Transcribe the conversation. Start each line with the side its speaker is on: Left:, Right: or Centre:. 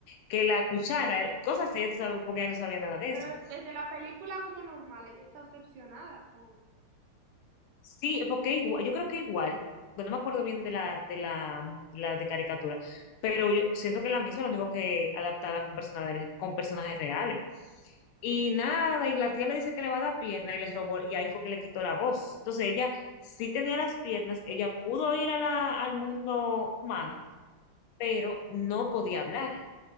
Left: que la cuchara, cosas así, ya tú sabes, porque ella no sabía nada de
Right: Pero
Left: eso.
Right: desde la película como normal, ella está obsesionada con...
Left: Sí,
Right: con-
Left: porque igua- yo creo que igual, bueno, no me acuerdo bien de la, de la, la de caricatura, pero yo siento que la misma, lo único que adaptada con personajes, con personajes reales. Y nada, y la tía le dice que le va a dar pierna y les robó, y ahí fue que le quitó la voz. Entonces ella sí tenía las piernas, ella pudo ir a la, al mundo humano, pero no podía hablar.